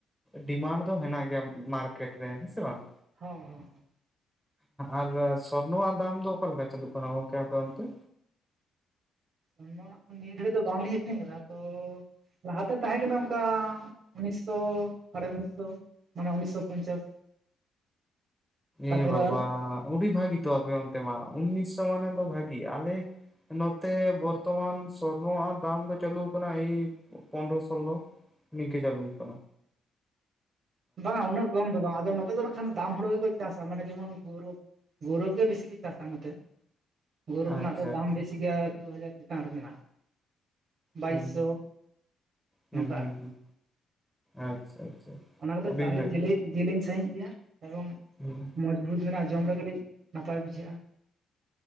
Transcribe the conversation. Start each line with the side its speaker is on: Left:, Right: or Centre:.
Centre: ᱰᱤᱢᱟᱱᱰ ᱫᱚ ᱢᱮᱱᱟᱜ ᱜᱮᱭᱟ ᱢᱟᱨᱠᱮᱴ ᱨᱮ ᱦᱮᱸᱥᱮ ᱵᱟᱝ?
Right: ᱦᱮᱸ ᱦᱮᱸ ᱦᱮᱸ᱾
Centre: ᱟᱨ ᱥᱚᱨᱱᱚᱣᱟᱜ ᱫᱟᱢ ᱫᱚ ᱚᱠᱟᱞᱮᱠᱟ ᱪᱟᱹᱞᱩᱜ ᱠᱟᱱᱟ ᱜᱚᱝᱠᱮ ᱟᱯᱮ ᱚᱱᱛᱮ?
Right: ᱩᱱ ᱫᱚ ᱱᱟᱜ ᱠᱷᱟᱱ ᱱᱤᱭᱟᱹ ᱜᱷᱟᱹᱲᱤ ᱫᱚ ᱵᱟᱝᱞᱤᱧ ᱟᱹᱠᱷᱨᱤᱧ ᱠᱟᱫᱟ, ᱛᱚ ᱞᱟᱦᱟᱛᱮ ᱛᱟᱦᱮᱸ ᱠᱟᱱᱟ ᱚᱱᱠᱟ ᱩᱱᱤᱥᱥᱚ ᱥᱟᱲᱮ ᱩᱱᱤᱥ ᱥᱚ᱾ ᱢᱟᱱᱮ ᱩᱱᱤᱥᱥᱚ ᱯᱚᱧᱪᱟᱥ᱾ ᱛᱟᱯᱚᱨᱮ
Centre: ᱮ ᱵᱟᱵᱟ ᱚᱰᱤ ᱵᱷᱟᱹᱜᱤ ᱛᱚ ᱟᱯᱮ ᱚᱱᱛᱮ ᱢᱟ᱾ ᱩᱱᱤᱥᱥᱚ ᱢᱟᱱᱮ ᱫᱚ ᱵᱷᱟᱜᱤ ᱟᱞᱮ ᱱᱚᱛᱮ ᱵᱚᱨᱛᱚᱢᱟᱱ ᱥᱚᱨᱱᱚᱣᱟᱜ ᱫᱟᱢ ᱫᱚ ᱪᱟᱹᱟᱞᱩᱣᱟᱠᱟᱱᱟ ᱮ ᱯᱚᱱᱨᱚ ᱥᱳᱞᱞᱳ ᱱᱤᱝᱠᱳ ᱪᱟᱹᱞᱩ ᱠᱟᱱᱟ᱾
Right: ᱵᱟᱝ ᱩᱱᱟᱹᱜ ᱠᱚᱢ ᱫᱚ ᱵᱟᱝ, ᱟᱫᱚ ᱱᱚᱛᱮ ᱫᱚ ᱱᱟᱜ ᱠᱷᱟᱱ ᱫᱟᱢ ᱦᱳᱲᱳ ᱜᱮᱠᱚ ᱪᱟᱥᱟ, ᱢᱟᱱᱮ ᱡᱮᱢᱚᱱ ᱜᱳᱣᱨᱚᱵᱽ, ᱜᱳᱣᱨᱚᱵᱽ ᱜᱮ ᱵᱤᱥᱤ ᱠᱚ ᱪᱟᱥᱟ ᱱᱚᱛᱮ᱾ ᱜᱳᱣᱨᱚᱵᱽ
Centre: ᱟᱪᱪᱷᱟ
Right: ᱨᱮᱱᱟᱜ ᱫᱚ ᱫᱟᱢ
Centre: ᱟᱪᱪᱷᱟ
Right: ᱵᱮᱥᱤ ᱜᱮᱭᱟ ᱫᱩ ᱦᱟᱡᱟᱨ ᱪᱮᱛᱟᱱ ᱨᱮ ᱢᱮᱱᱟᱜ-ᱟ᱾ ᱵᱟᱭᱤᱥᱥᱚ
Centre: ᱦᱩᱸ ᱦᱩᱸ
Right: ᱱᱚᱝᱠᱟ
Centre: ᱦᱩᱸ
Right: ᱟᱨ
Centre: ᱦᱩᱸ ᱟᱪᱪᱷᱟ ᱟᱪᱪᱷᱟ᱾
Right: ᱚᱱᱟ ᱠᱚᱫᱚ
Centre: ᱟᱹᱰᱤ
Right: ᱪᱟᱣᱞᱮ
Centre: ᱵᱷᱟᱹᱜᱤ
Right: ᱡᱮᱞᱮ ᱡᱮᱞᱮᱧ ᱥᱟᱸᱦᱤᱡ ᱜᱮᱭᱟ, ᱮᱵᱚᱝ
Centre: ᱦᱩᱸ᱾
Right: ᱱᱤᱛ ᱢᱚᱡᱮᱱᱟ ᱡᱮ ᱢᱟᱱᱮ ᱠᱟᱹᱴᱤᱡ ᱱᱟᱯᱟᱭ ᱵᱩᱡᱷᱟᱹᱜ-ᱟ᱾